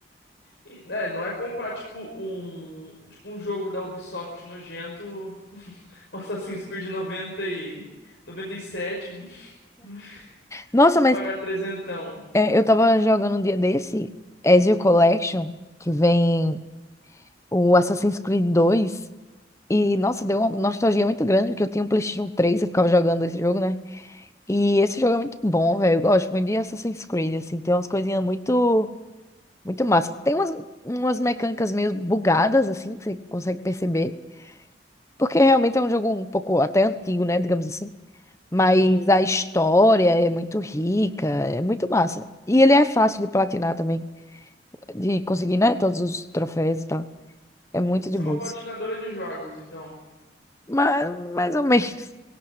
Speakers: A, on the left; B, on the left.
A: E, né, não é comprar, tipo, um, tipo, um jogo da Ubisoft nojento, <laughs> um Assassin's Creed noventa e noventa e sete, <laughs>
B: Nossa, mas
A: pagar trezentão.
B: é, eu tava jogando um dia desse, Ezio Collection, que vem o Assassin's Creed 2. E, nossa, deu uma nostalgia muito grande, porque eu tinha um PlayStation 3 e ficava jogando esse jogo, né? E esse jogo é muito bom, velho. Eu gosto muito de Assassin's Creed, assim, tem umas coisinhas muito Muito massa. Tem umas, umas mecânicas meio bugadas, assim, que você consegue perceber. Porque realmente é um jogo um pouco até antigo, né? Digamos assim. Mas
A: Uhum.
B: a história é muito rica, é muito massa. E ele é fácil de platinar também. De conseguir, né? Todos os troféus e tal. É muito
A: Você
B: de
A: é
B: boas.
A: uma platinadora de jogos, então.
B: Mas, mais ou menos.